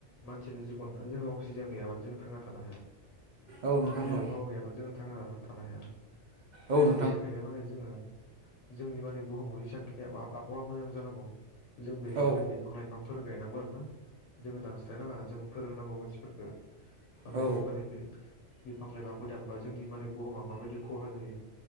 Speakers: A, on the left (about 80°); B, on the right (about 60°).
A: मानसिनि जिबन ना जोंहा अक्सिजेन गैयाबानो जों थांना थानो हाया।
B: औ नोंथां औ
A: जोङो
B: नोंथां
A: बे
B: औ
A: आबहावा गैयाबानो जोङो थांनो हरा थानो हाया जोङो
B: औ नोंथां औ
A: बेनिखायनो माने जोङो। जोंनि माने बुहुमाव एसांखिनि आबहावा मोजां जानांगौ जों बेनि
B: औ
A: थाखाय बिफां लाइफां फोरगाय नांगौ आरोना जोङो दानस्लायनाङा जों फोरोंनांगौ मानसिफोरखौ। माने
B: औ
A: माने बिफां लाइफांफोर दान बा जोंनि माने बुहुमा माबायदि खहा जायो।